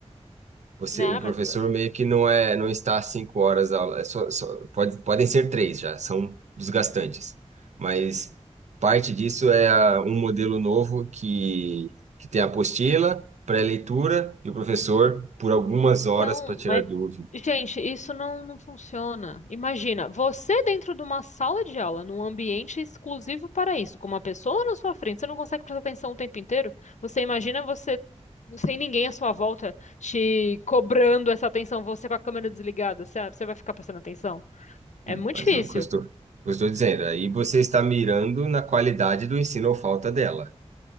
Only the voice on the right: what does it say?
Você,
o professor
meio que não é, não está às cinco horas a aula. É só, só, pode, podem ser três já, são desgastantes. Mas parte disso é a- um modelo novo que que tem a apostila, pré-leitura e o professor por algumas
horas para tirar
dúvidas
Hum,
Mas
é o que eu estou, eu estou dizendo. Aí você está mirando na qualidade do ensino ou falta dela.